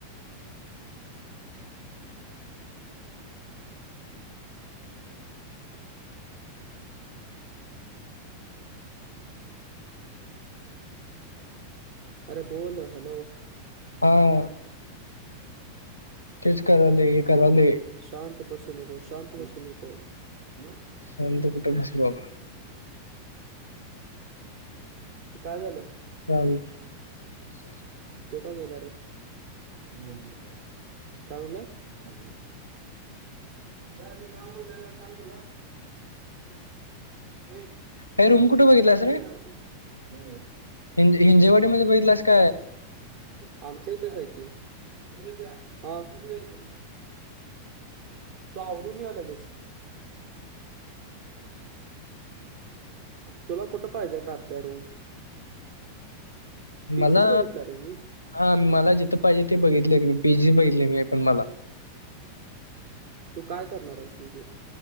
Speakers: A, on the left; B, on the right.
A: <inaudible>
B: अरे बोल, हॅलो.
A: हा. तेच करालोय, करालोय.
B: शांत बसु नको, शांत बसू नको. <inaudible>
A: शांत कुठे बसलो बाबा
B: काय झालं?
A: <inaudible>
B: त्यो का गेला रे? आंघोळ करतो म्हनला. काय म्हणलास? आंघोळ भैय्या तुझी अंघोळ झाल्यावर सांगतो का? ए
A: अय रूम कुठे बघितलास
B: कधी
A: रे?
B: येणार तू <inaudible> होय
A: हिंज हिंजेवाडी मध्ये बघितलास काय
B: आमच्या हीेतच आहे की वैभ्या हा कधी जायचं? तु आवरून य लगेच तुला कुठं पाहिजे कारत्या रूम? पीजीच
A: मला
B: बघितला रे मी
A: हा मला जिथं पाहिजे ते बघितले मी पीजी बघितली मी पण मला
B: तू काय करणार आहेस म्हणजे?